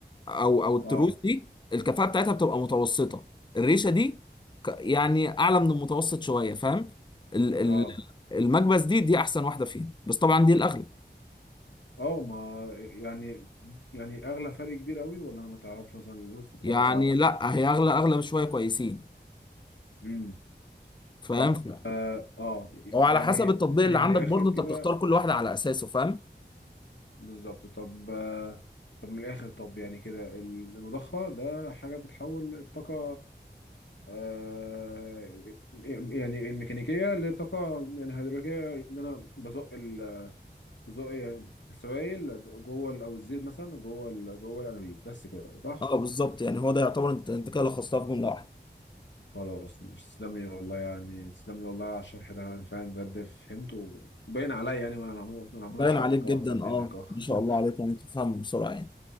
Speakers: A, on the left; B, on the left.
A: او او التروس
B: اه
A: دي الكفاءة بتاعتها بتبقى متوسطة الريشة دي ك- يعني اعلى من المتوسط شوية فاهم ال- ال-
B: اه
A: المكبس دي دي احسن واحدة فيهم بس طبعا دي الاغلى
B: اه ما يعني يعني اغلى فرق كبير قوي ولا ما تعرفش مثلا في فرق
A: يعني
B: اسعار
A: لا هي اغلى اغلى بشوية كويسين
B: امم
A: فاهم
B: طب
A: ف-
B: اه آه،
A: هو على
B: يعني
A: حسب التطبيق
B: يعني
A: اللي
B: من
A: عندك
B: الاخر
A: برضه
B: كده
A: انت بتختار كل واحدة على اساسه فاهم
B: بالظبط طب آه طب من الاخر طب يعني كده المضخه ده حاجه بتحول الطاقه آه يعني الميكانيكيه لطاقه يعني هيدروليكيه ان انا بزق ال- بزق السوائل جوه ال- او الزيت مثلا جوه ال- جوه الانابيب بس كده صح
A: اه بالظبط يعني هو ده يعتبر انت انت كده لخصتها في جملة واحدة
B: خلاص مش تسلم لي والله يعني تسلم لي والله على الشرح ده انا فعلا بجد فهمته باين عليا يعني وانا عمال وانا عمال
A: باين
B: اشرح
A: عليك
B: لك
A: جدا
B: اهو احسن منك
A: اه
B: اهو
A: ما شاء
B: <laughs>
A: الله عليك يعني تفهم بسرعة يعني